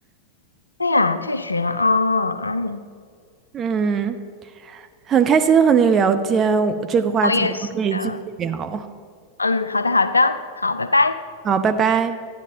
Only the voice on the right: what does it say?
嗯，很开心和您聊天，这个话题我们可以继续聊。
好，拜拜。